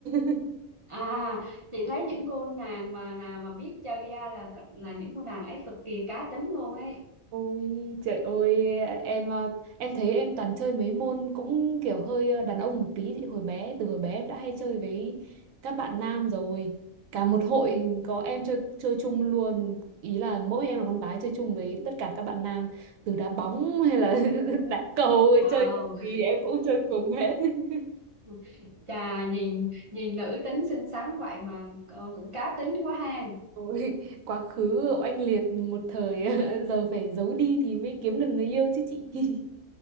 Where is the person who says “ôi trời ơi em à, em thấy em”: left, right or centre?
Right